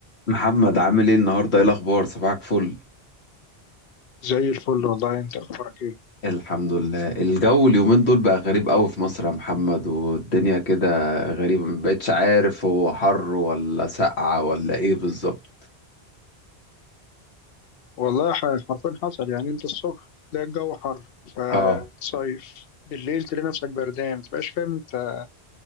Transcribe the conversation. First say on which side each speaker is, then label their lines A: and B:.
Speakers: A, on the left; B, on the left.
A: محمد عامل ايه النهارده ايه الاخبار صباحك فل
B: زي الفل والله انت اخبارك ايه
A: الحمد لله الجو اليومين دول بقى غريب قوي في مصر يا محمد والدنيا كده غريبه ما بقتش عارف هو حر ولا سقعه ولا ايه بالظبط
B: والله ح- حرفيا حصل يعني انت الصبح تلاقي الجو حر فتصيف
A: اه
B: بالليل تلاقي نفسك بردان متبقاش فاهم انت